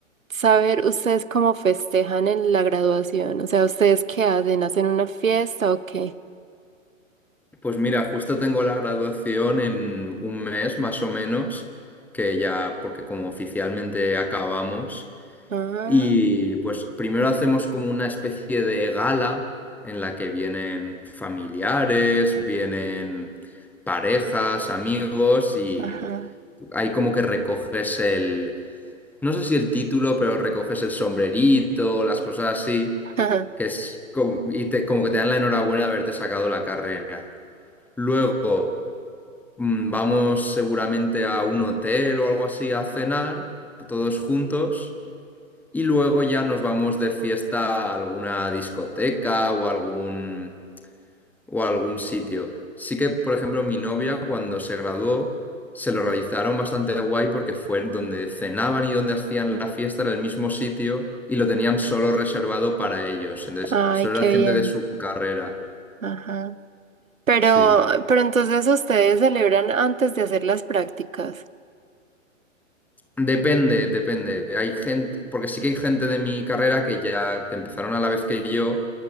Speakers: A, on the right; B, in the centre.
A: saber ustedes cómo festejan en la graduación. O sea, ¿ustedes qué hacen? ¿Hacen una fiesta o qué?
B: Pues mira, justo tengo la graduación en un mes más o menos, que ya, porque como oficialmente acabamos,
A: Ah,
B: y pues primero hacemos como una especie de gala en la que vienen familiares, vienen parejas, amigos, y
A: ajá.
B: ahí como que recoges el, no sé si el título, pero recoges el sombrerito, las cosas así,
A: <laughs>
B: que es como, y te- como que te dan la enhorabuena de haberte sacado la carrera. Luego... Mm, Vamos seguramente a un hotel o algo así a cenar, todos juntos, y luego ya nos vamos de fiesta a alguna discoteca o algún, o a algún sitio. Sí que, por ejemplo, mi novia cuando se graduó, se lo realizaron bastante guay porque fue donde cenaban y donde hacían la fiesta, era el mismo sitio y lo tenían solo reservado para ellos. Entonces,
A: Ay,
B: solo
A: qué
B: era gente
A: bien.
B: de su carrera.
A: Ajá. Pero,
B: Sí.
A: pero entonces ustedes celebran antes de hacer las prácticas.
B: Depende, depende. Hay gente, porque sí que hay gente de mi carrera que ya empezaron a la vez que yo,